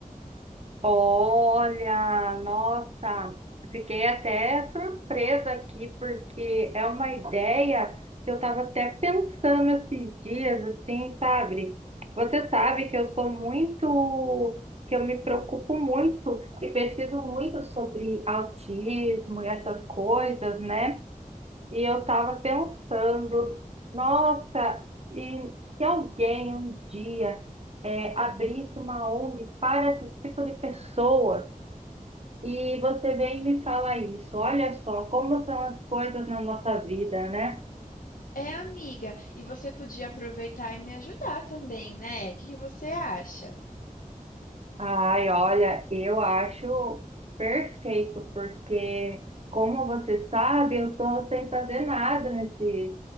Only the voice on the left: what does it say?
É, amiga, e você podia aproveitar e me ajudar também, né? O que que você acha?